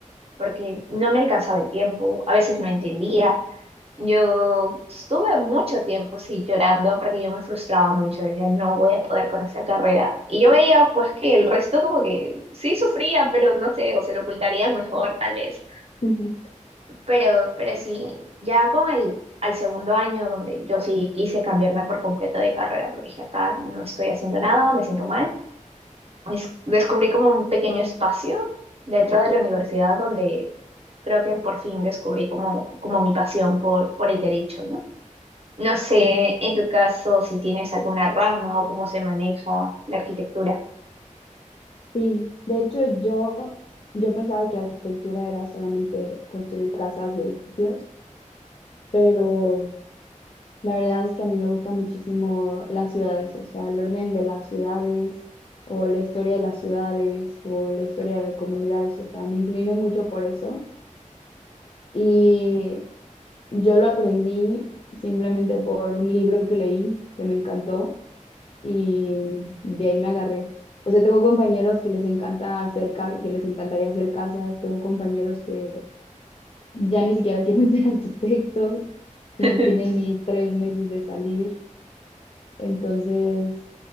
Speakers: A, on the right; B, on the left.
A: porque no me alcanzaba el tiempo, a veces no entendía. Yo estuve mucho tiempo, sí, llorando porque yo me frustraba mucho, decía, no voy a poder con esa carrera. Y yo veía, pues, que el resto como que sí sufría, pero no sé, o se lo ocultarían mejor, tal vez.
B: <laughs>
A: Pero, pero sí, ya con el, al segundo año, donde yo sí quise cambiarme por completo de carrera, porque dije, acá no estoy haciendo nada, me siento mal, es- descubrí como un pequeño espacio dentro de la universidad donde creo que por fin descubrí como, como mi pasión por, por el derecho, ¿no? No sé,
B: Sí.
A: en tu caso, si tienes alguna rama o cómo se maneja la arquitectura.
B: Sí, de hecho yo, yo pensaba que arquitectura era solamente construir casas y edificios, pero la verdad es que a mí me gustan muchísimo las ciudades, o sea, el orden de las ciudades o la historia de las ciudades o la historia de las comunidades, o sea, me inclino mucho por eso y yo lo aprendí simplemente por un libro que leí que me encantó y de ahí me agarré. O sea, tengo compañeros que les encanta hacer ca- que les encantaría hacer casas, tengo compañeros que ya ni siquiera quieren <laughs> ser arquitectos y
A: <laughs>
B: no tienen ni tres meses de salir. Entonces,